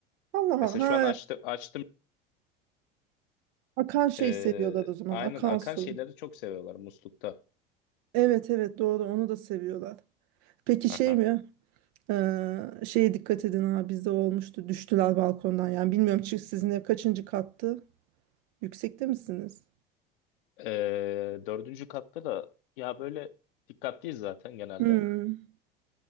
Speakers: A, on the right; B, on the left.
A: Allah
B: Mesela
A: Allah. Ha,
B: şu an açtı, açtım.
A: akan şey
B: E,
A: seviyorlar o zaman.
B: aynen
A: Akan
B: akan
A: su.
B: şeyleri çok seviyorlar muslukta.
A: Evet evet doğru onu da seviyorlar. Peki şey
B: Aha.
A: mi? Ee, şeye dikkat edin ha bizde olmuştu. Düştüler balkondan yani bilmiyorum çi- sizin ev kaçıncı kattı? Yüksekte misiniz?
B: Ee, dördüncü katta da ya böyle dikkatliyiz zaten genelde.
A: Hmm.